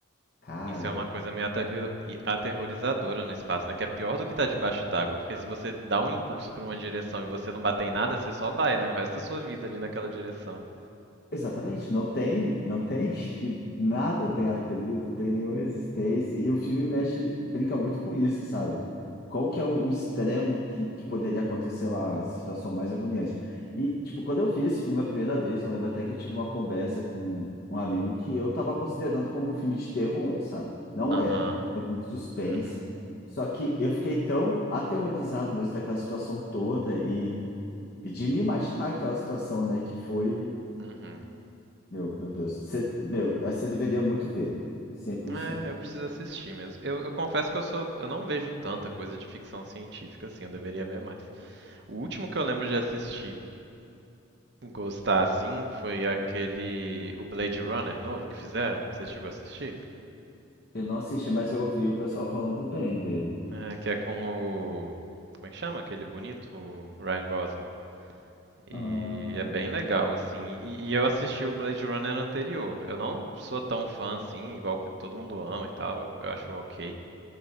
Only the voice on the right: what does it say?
Isso é uma coisa meio aterro- e aterrorizadora no espaço, né? Que é pior do que estar debaixo d'água, porque se você dá um impulso pra uma direção e você não bater em nada, você só vai, né? O resto da sua vida ali naquela direção.
Aham.
Uhum.
Uhum.
É,
eu preciso assistir mesmo. Eu, eu confesso que eu sou, eu não vejo tanta coisa de ficção científica assim, eu deveria ver mais. O último que eu lembro de assistir, gostar assim, foi aquele o Blade Runner novo que fizeram. Você chegou a assistir?
É, que é com o. Como é que chama aquele bonito? O Ryan Gosling. E
é bem legal, assim. E, e eu assisti o Blade Runner anterior. Eu não sou tão fã assim, igual todo mundo ama e tal, eu, eu acho ok.